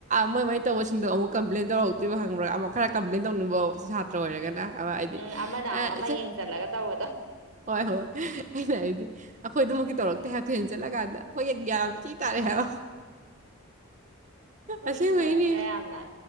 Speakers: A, on the right; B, on the right.
A: ꯃꯣꯏ ꯃꯣꯏ ꯇꯧꯕꯁꯤꯡꯗꯣ ꯑꯃꯨꯛ ꯀꯝꯄ꯭ꯂꯦꯟ ꯇꯧꯔꯛꯇ꯭ꯔꯤꯕ ꯈꯪꯕ꯭ꯔꯥ ꯑꯃꯨꯛ ꯈꯔ ꯀꯝꯄ꯭ꯂꯦꯟ ꯇꯧꯅꯤꯡꯕ ꯁꯥꯇ꯭ꯔ ꯑꯣꯏꯔꯒꯅ ꯑ ꯍꯥꯏꯗꯤ
B: ꯎꯝ ꯑꯃꯅ ꯑꯃꯨꯛ ꯑꯃ
A: ꯏꯆꯦ
B: ꯌꯦꯡꯁꯤꯜꯂꯒ ꯇꯧꯕꯗꯣ
A: ꯍꯣꯏ ꯍꯣꯏ ꯑꯩꯅ ꯍꯥꯏꯗꯤ ꯑꯩꯈꯣꯏꯗꯨꯃꯛꯀꯤ ꯇꯧꯔꯛꯇꯦ ꯍꯥꯏꯕ ꯊꯣꯏꯅ ꯆꯠꯂꯀꯥꯟꯗ ꯍꯣꯏ ꯒꯌ꯭ꯥꯟ ꯭ ꯊꯤ ꯇꯥꯔꯛꯏ ꯍꯥꯏꯕ
B: ꯍꯣꯏꯗꯤ
A: ꯑꯁꯦꯡꯕꯩꯅꯦ
B: ꯀꯤꯖꯔꯛꯇ꯭ꯔꯥ ꯌꯥꯝꯅ